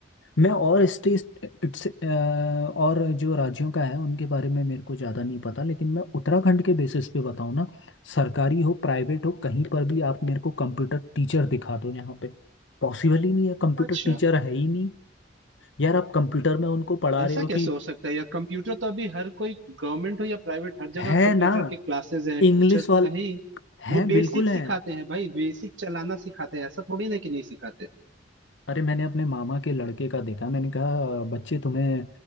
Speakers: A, on the left (about 85°); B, on the right (about 85°).
A: मैं और स्टेट इट्स- अ, और जो राज्यों का है उनके बारे में मेरे को ज़्यादा नहीं पता लेकिन मैं उत्तराखंड के बेसिस पे बताऊँ ना सरकारी हो प्राइवेट हो कहीं पर भी आप मेरे को कंप्यूटर टीचर दिखा दो यहाँ पे पॉसिबल ही नहीं है कंप्यूटर
B: अच्छा
A: टीचर है ही नहीं यार आप कंप्यूटर में उनको पढ़ा
B: ऐसा
A: रहे हो
B: कैसे
A: कि
B: हो सकता है यार कंप्यूटर तो अभी हर कोई गवर्नमेंट हो या प्राइवेट हर जगह
A: है
B: कंप्यूटर
A: ना
B: के क्लासेस हैं
A: इंग्लिश
B: टीचर्स
A: वाल
B: तो हैं ही
A: है
B: वो
A: बिल्कुल
B: बेसिक सिखाते
A: है
B: हैं भाई बेसिक चलाना सिखाते हैं ऐसा थोड़ी ना कि नहीं सिखाते
A: अरे मैंने अपने मामा के लड़के का देखा मैंने कहा बच्चे तुम्हें